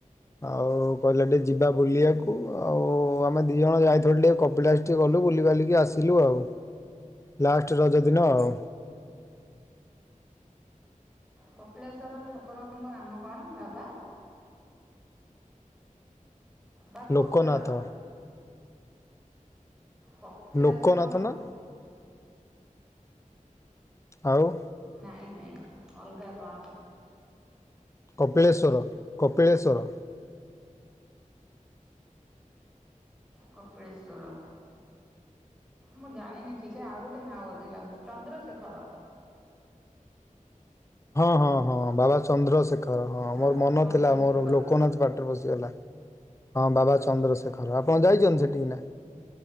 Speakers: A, on the left (about 20°); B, in the centre.
A: ଆଉ କହିଲା ଟିକେ ଯିବା ବୁଲିବାକୁ ଆଉ। ଆମେ ଦି ଜଣ ଯାଇଥିଲୁ ଟିକେ କ କପିଳାସ ଟିକେ ଗଲୁ। ବୁଲି ବାଲିକି ଆସିଲୁ ଆଉ ଲାଷ୍ଟ ରଜ ଦିନ ଆଉ।
B: କପିଳେଶ୍ୱର ଠାକୁରଙ୍କ ନାମ କଣ? ବାବା ବା କୋଉଁସେର?
A: ଲୋକନାଥ
B: କପିଳାସରେ
A: ଲୋକନାଥ
B: କଣ
A: ନା ଆଉ
B: ନାଇଁ ନାଇଁ ଅଲଗା କଣ?
A: କପିଳେଶ୍ୱର କପିଳେଶ୍ୱର।
B: କପିଳେଶ୍ୱର। ମୁଁ ଜାଣିନି ଠିକ ସେ ଆଉ ଗୋଟେ ନାଁ ବୋଧେ ଲାଗୁଛି ଚନ୍ଦ୍ରଶେଖର।
A: ହଁ, ହଁ, ହଁ ବାବା ଚନ୍ଦ୍ରଶେଖର ହଁ
B: ବାବା
A: ମୋର ମନ
B: ଚନ୍ଦ୍ରଶେଖର
A: ଥିଲା ମୋର ଲୋକନାଥ ପାଟିରେ ପସିଗଲା। ହଁ ବାବା ଚନ୍ଦ୍ରଶେଖର। ଆପଣ ଯାଇଛନ୍ତି ସେଠିକି ନା?